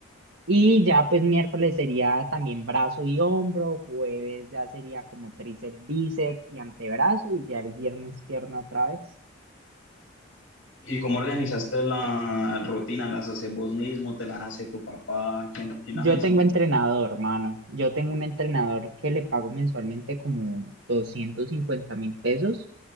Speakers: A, on the right; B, on the left.
A: Y ya pues miércoles sería también brazo y hombro, jueves ya sería como tríceps, bíceps y antebrazo y ya el viernes pierna otra vez.
B: ¿Y cómo organizaste la rutina? ¿Las haces vos mismo? ¿Te las hace tu papá? ¿Quién, quién
A: Yo
B: las hizo?
A: tengo entrenador, hermano. Yo tengo un entrenador que le pago mensualmente como doscientos cincuenta mil pesos